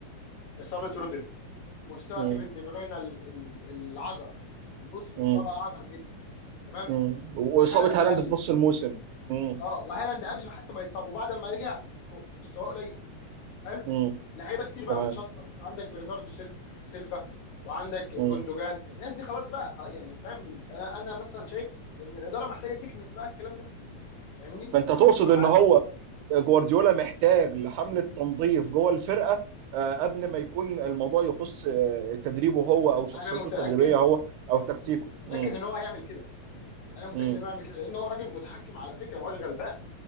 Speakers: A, on the left; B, on the right.
A: اصابه رودري مستوى
B: مم.
A: كيفن دي بروين ال- ال- العجر يعني بص مستواه
B: مم.
A: بقى عجر جدا تمام
B: مم. واصابه
A: هالاند
B: هالاند
A: قل
B: في نص الموسم مم.
A: اه وهالاند قبل ما حتى ما يتصاب وبعد ما رجع مستواه قليل حلو
B: مم.
A: لعيبه كتير بقى
B: تمام
A: بتشطب انت عندك برناردو سيلف سيلفا وعندك جوندوجان
B: مم.
A: الناس دي خلاص بقى خ- يعني فاهم انا انا مثلا شايف ان الاداره محتاجه تكنس بقى الكلام ده فاهمني
B: فانت تقصد
A: فبقى
B: ان هو جوارديولا محتاج لحملة تنظيف جوه الفرقة آه، قبل ما يكون الموضوع يخص آه، تدريبه هو او شخصيته
A: انا متاكد
B: التدريبية هو او تكتيكه
A: متاكد
B: امم
A: ان هو هيعمل كده انا متاكد
B: امم
A: ان هو هيعمل كده لان هو راجل متحكم على فكره ما هوش غلبان